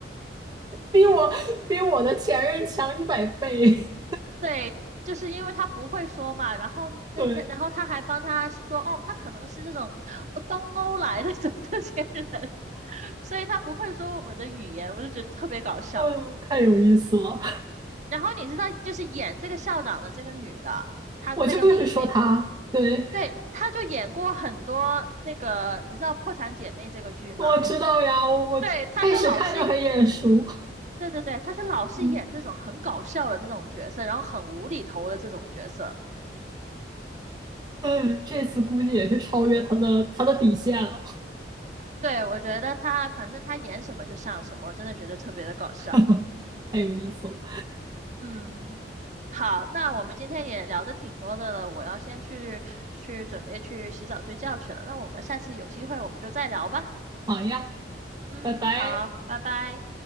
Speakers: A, on the right; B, on the right.
A: 比我比我的前任强一百倍，
B: 对，就是因为他不会说嘛，然后那那然后他还帮他说，
A: <laughs> 对，
B: 哦，他可能是这种呃东欧来的这这些人，<laughs> 所以他不会说我们的语言，我就觉得特别搞笑。
A: 嗯，太有意思了。
B: 然后你知道，就是演这个校长的这个女的，她那个明星，
A: 我就是说他，对，
B: 对，她就演过很多那个，你知道《破产姐妹》这个剧吗？
A: 我知道呀，我我开始看就很眼熟，
B: 对，她就老是，对对对，她是老是演这种很搞笑的这种角色，
A: 嗯
B: 然后很无厘头的这种角色。
A: 嗯，这次估计也是超越他的他的底线了，
B: 对，我觉得他反正他演什么就像什么，我真的觉得特别的搞笑。
A: <laughs> 太有意思了，
B: 嗯，好，那我们今天也聊的挺多的了，我要先去去准备去洗澡睡觉去了。那我们下次有机会我们就再聊吧。
A: 好呀，
B: 嗯，
A: 拜拜。
B: 好，拜拜。